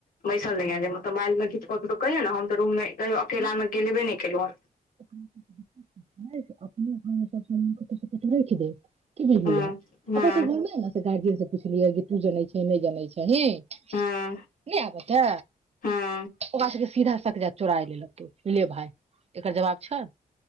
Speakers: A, on the left; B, on the right.
A: बैसल रहिये
B: हँ
A: माइंड में किछ अतओ तऽ कहियै ने हम तऽ रूम मे कहियो अकेला
B: किया कि
A: मे गेलेबे
B: ओकर
A: नहि केलहुँ
B: <unintelligible> अपने घरमे सब समान कतो से कतो रखि दे कि बुझलियै
A: हँ हँ
B: अपना सभ घरमे से ने गार्जियन से पुछलियै कि तू जनै छी ही के नहि जानै छही नइ
A: हँ
B: आब ऐते
A: हँ हँ
B: ओकरा सबक सीधा तक जा चोराइ लेलके ले भाय एकर जवाब छै